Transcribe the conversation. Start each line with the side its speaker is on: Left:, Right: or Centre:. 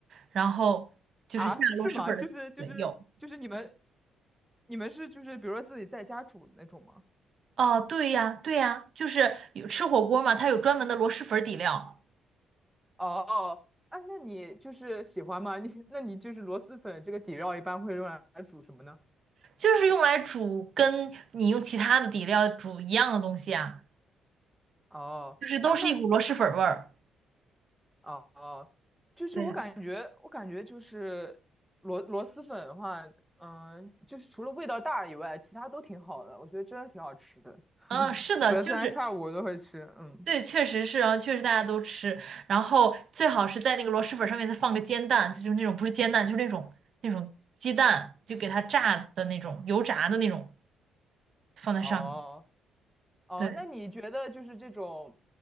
Right: 然后就是下螺蛳粉儿的，
Centre: 啊，是吗？就是就是就是你们
Right: 对，有。
Centre: 你们是就是比如说自己在家煮的那种吗？
Right: 哦，对呀，对呀，就是有吃火锅嘛，它有专门的螺蛳粉儿底料，
Centre: 哦，哦，哎，那你就是喜欢吗？你那你就是螺蛳粉这个底料一般会用来煮什么呢？
Right: 就是用来煮跟你用其他的底料煮一样的东西啊。
Centre: 哦，
Right: 就是都是一股螺蛳粉儿味儿。
Centre: 哎，那哦哦，就是我感觉，
Right: 对，
Centre: 我感觉就是螺螺蛳粉的话，嗯，就是除了味道大以外，其他都挺好的，我觉得真的挺好吃的，
Right: 嗯，是的，
Centre: <laughs> 隔三差五都会吃。
Right: 就是
Centre: 嗯，
Right: 对，确实是，然后确实大家都吃，然后最好是在那个螺蛳粉上面再放个煎蛋，就是那种不是煎蛋，就是那种那种鸡蛋，就给它炸的那种油炸的那种放在上面。
Centre: 哦哦，
Right: 对，
Centre: 那你觉得就是这种，